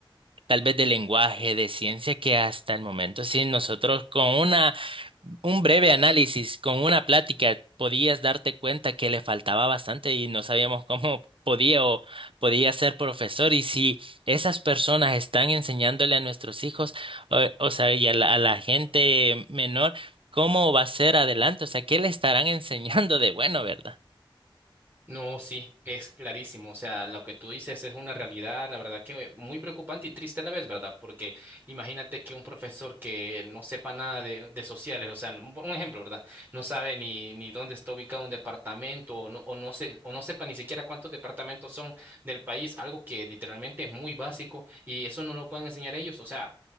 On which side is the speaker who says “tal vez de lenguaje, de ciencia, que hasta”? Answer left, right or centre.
Right